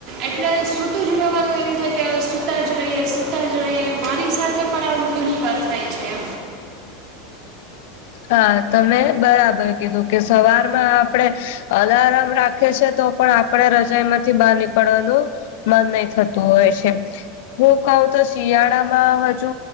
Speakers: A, on the right; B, on the left.
A: એટલે સ સુતું જ રહેવાનું એમ થાય કે સુતા જ રહીએ સુતા જ રહીએ મારી સાથે પણ આું ઘણી વાર થાય છે
B: હા તમે બરાબર કીધું કે સવારમાં આપણેે અલારમ રાખે છે તો પણ આપણે રજા માંથી બહાર નીકળવાનું મન નહી થતું હોય છે હું કઉ તો શિયાળામાં હજુ